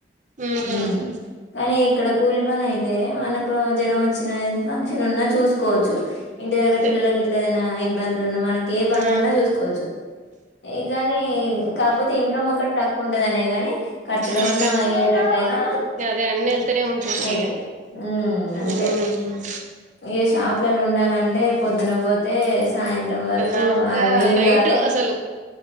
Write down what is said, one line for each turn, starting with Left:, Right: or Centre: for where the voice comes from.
Right: ఉమ్
Left: హ్మ్. కానీ. ఇక్కడ కోళ్ల పని అయితే మనకు జ్వరం వచ్చినా, ఏదనా ఫంక్షన్ ఉన్నా చూసుకోవచ్చు. ఇంటి దెగ్గర
Right: అంతే
Left: పిల్లలకి గిట్ల, ఏదనా ఇబ్బందులున్నా మనకి ఏ పనులు
Right: ఆ
Left: ఉన్నా, చూసుకోవచ్చు. ఎ కానీ, కాకపోతే ఇన్‌కమ్ ఒకటే తక్కువ ఉంటది. అనే గాని. ఖర్చుల
Right: అంతే
Left: మందం అయ్యే తట్టు అయినా
Right: అదే అన్నీ వెళ్తూనే ఉంటుంది
Left: అయితయి,
Right: ఇగ
Left: హ్మ్ అంటే.
Right: ఉమ్
Left: ఇగ షాప్ల. ఉండాలి అంటే పొద్దునే పోత. తే సాయంత్రం వరకు
Right: దాంకా
Left: ఆడ నీళ్లు
Right: నైట్
Left: కాలే,
Right: అసలు